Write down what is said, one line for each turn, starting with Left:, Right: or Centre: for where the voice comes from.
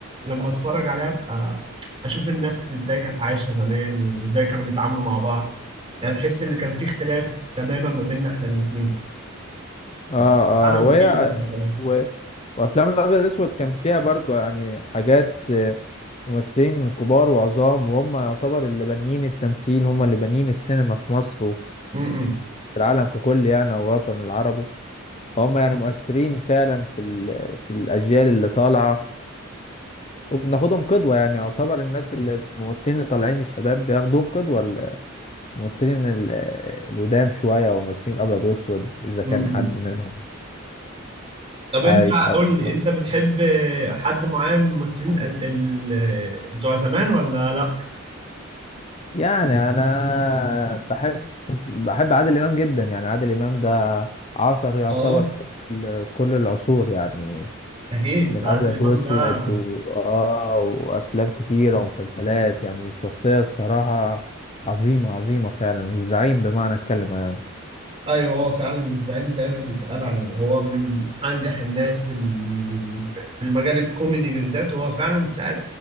Right: لما أتفرج عليها أبقى أشوف الناس إزاي كانت عايشة زمان وإزاي كانوا بيتعاملوا مع بعض يعني تحس إن كان في اختلاف تماما ما بيننا إحنا الاتنين
Left: أه
Right: الجيل بتاعنا
Left: أه
Right: والجيل
Left: وهي
Right: بتاعنا
Left: و... وأفلام الأبيض الأسود كان فيها برضو يعني حاجات آه، ممثلين كبار وعظام وهم يعتبر اللي بانيين التمثيل هم اللي بانيين السينما في مصر في
Right: م-م.
Left: العالم ككل يعني او الوطن العربي فهم يعني مؤثرين فعلا في ال... في الاجيال اللي طالعه وبناخدهم قدوه يعني يعتبر الناس اللي الممثلين اللي طالعين الشباب بياخدوهم قدوه الممثلين ال- القدام شويه او الممثلين الابيض واسود اذا
Right: م-م.
Left: كان حد منهم
Right: طب أنت
Left: عايش او
Right: قول
Left: متوفى.
Right: لي أنت بتحب حد معين من الممثلين ال- ال- بتوع زمان ولا لأ؟
Left: يعني انا بحب كنت بحب عادل امام جدا يعني عادل امام ده عصر يعتبر
Right: اه
Left: كل ال- كل العصور يعني
Right: اكيد
Left: من
Right: ده عادل
Left: ابيض
Right: إمام
Left: واسود
Right: ده
Left: و... اه وافلام كتيره ومسلسلات يعني الشخصيه الصراحه عظيمه عظيمه فعلا الزعيم بمعنى الكلمه يعني
Right: ايوه هو فعلا الزعيم زي ما بيتقال عليه هو من انجح الناس ال- في المجال الكوميدي بالذات هو فعلا ساعة